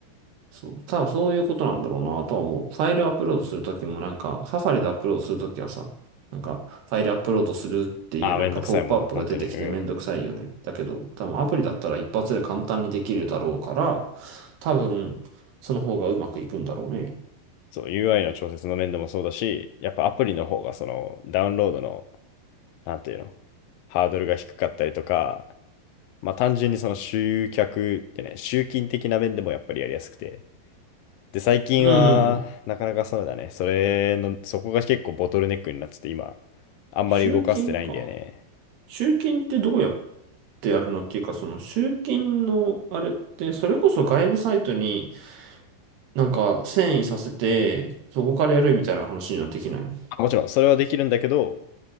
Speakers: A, on the right; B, on the left.
A: そう、多分そういうことなんだろうなとは思う。ファイルアップロードするときもなんか、サファリでアップロードするときはさ、なんか、ファイルアップロードするっていうなんかポップアップが出てきてめんどくさいよね。
B: あ、めんどくさいもんね、本当に。うん。
A: だけど、多分アプリだったら一発で簡単にできるだろうから、多分、その方がうまくいくんだろうね。
B: そう、UI の調節の面でもそうだし、やっぱアプリの方がそのダウンロードの、なんていうの、ハードルが低かったりとか、まあ単純にその集客ってね、集金的な面でもやっぱりやりやすくて。で、最近は、
A: うんうんうん。
B: なかなかそうだね、それの、そこが結構ボトルネックになってて、今、あんまり動かせてないんだよね。
A: 集金か。集金ってどうやってやるのっていうか、その集金のあれって、それこそ外部サイトになんか遷移させて、そこからやるみたいな話にはできないの
B: まあもちろん、それはできるんだけど、